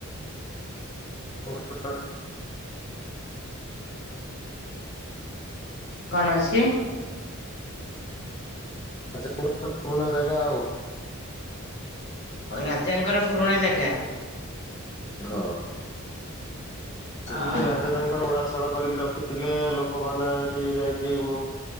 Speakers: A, on the left; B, on the left.
A: <unintelligible>
B: କଣ ଅଛି?
A: ଯ <inaudible> ପୁରୁଣା ଜାଗା ଆଉ।
B: ଅ ରାଜାଙ୍କର ପୁରୁଣା ଜାଗା।
A: ହ ସେଠି
B: ଓହୋ
A: ସେ ରାଜା ତାଙ୍କର ଉଡା ସାଳ କରିକି ରଖିଥିଲେ ଲୋକମାନେ ଏଠି ଯାଇକି ଉଁ-